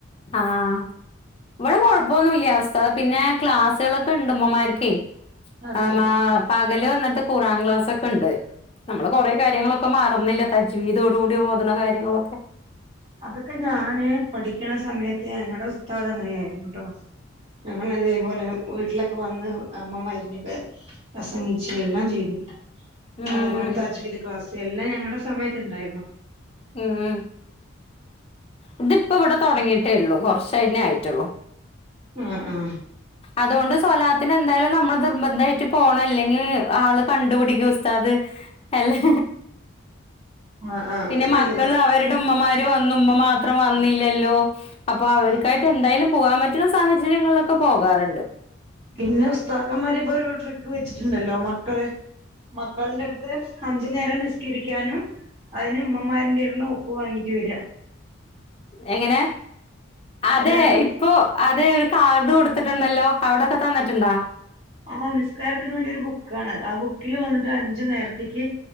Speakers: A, on the left; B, on the right.
A: ആഹ ഇവിടെ കൊഴപ്പൊന്നുല്ല്യ ഉസ്ഥ പിന്നെ ക്ലാസ്സുകളൊക്കെ ണ്ട് ഉമ്മമാർക്ക്
B: അതെ
A: ആ
B: അതെ
A: മാ പകല് വന്നിട്ട് കുറാം ക്ലാസൊക്കെ ണ്ട് നമ്മള് കൊറെേ കാര്യങ്ങളൊക്കെ മറന്നില്ല തജ്വീതോടുകൂടി ഓദണ കാര്യങ്ങളൊക്കെ
B: അതൊക്കെ ഞാന് പഠിക്കണ സമയത്ത് ഞങ്ങളുടെ ഉസ്താത അങ്ങനെയായിരുന്നു ട്ടോ ഞങ്ങ ഇതേപോലെ വീട്ടിലൊക്കെ വന്ന് അമ്മമാരി <unintelligible> പ്രസംഗിച്ച എല്ലാം ചെയ്തു
A: ഉം
B: അതേപോലെ തജ്വിിദ് ക്ലാസ് എല്ലാം ഞങ്ങളടെ സമയത്ത് ഇണ്ടായിരുന്നു
A: ഉം ഇതിപ്പോ ഇവിടെ തുടങ്ങിട്ടേ ഉള്ളൂ കുറച്ച് സൈന ആയിട്ടുള്ളൂ
B: ആഹ ആഹ
A: അതുകൊണ്ട് സോലാത്തിന് എന്തായാലും നമ്മള് നിർബന്ധമായിട്ട് പോണം അല്ലെങ്കിൽ ആള് കണ്ടുപിടികുസ്താദ് അല്ലെ
B: <unintelligible> ആഹ്
A: പിന്നെ
B: അത് നല്ലതാ
A: മക്കള് അവരുടെ ഉമ്മമാരു മാത്രം വന്നില്ലല്ലോ അപ്പോ അവർക്കായിട്ട്
B: ആഹ് ആഹ്
A: എന്തായാലും പോകൻ പ പറ്റ്ണ സാഹചര്യങ്ങളിലൊക്കെ പോകാറുണ്ട്
B: പിന്നെ ഉസ്താക്കന്മാരിപ്പോഒരു ട്രിക്ക് വെച്ചിട്ടുണ്ടല്ലോ മക്കള് മക്കളുടെ അടുത്ത് അഞ്ചു നേരം നിസ്കീരിക്കാനും അതിന് ഉമ്മമാരുന്റെ ടുന്ന് ഒപ്പ് വാങ്ങീട്ട് വര്യാ
A: എങ്ങനെ അതെ
B: അതായത്
A: ഇപ്പോഅതെ ഒരു കാർഡ് കൊടുത്തിട്ട് ണ്ടല്ലോ അവിടൊക്കെ തന്നിട്ടുണ്ടോ
B: ആ നിസ്കാരത്തിന് വേണ്ടി ഒരു ബുക്കാണ് ആ ബുക്കില് വന്നിട്ട് അഞ്ചു നേരത്തേക്ക്